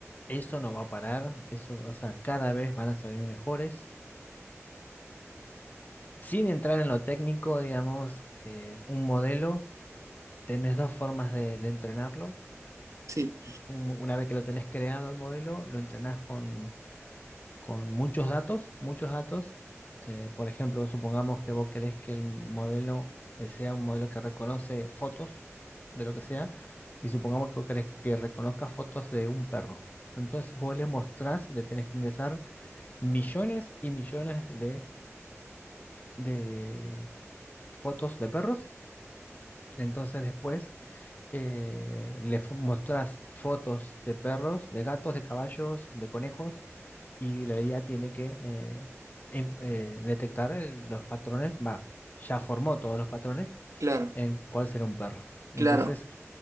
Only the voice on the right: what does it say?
Sí,
claro,
claro,